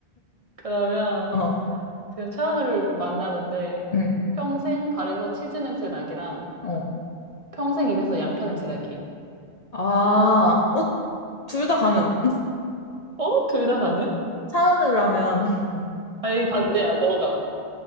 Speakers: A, on the right (about 35°); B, on the left (about 45°).
A: 그러면
B: 어,
A: 지금 차은우를 만나는데,
B: 음,
A: 평생 발에서 치즈 냄새 나기랑
B: 어.
A: 평생 입에서 양파 냄새 나기.
B: 아, 어, 둘 다 가능. <laughs>
A: 어? 둘 다 가능?
B: 차은우로 하면.
A: 아니, 반대야, 너가.